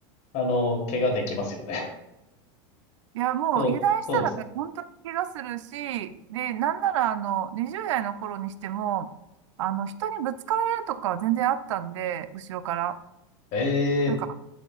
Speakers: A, on the left; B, on the right.
A: あの、怪我できますよね。
B: いや、
A: <laughs>
B: もう油断したら本当に怪我するし、
A: そう、そうです。
B: で、なんならあの、20代の頃にしても、あの、人にぶつかられるとかは全然あったんで、後ろから。
A: ええ
B: なんか、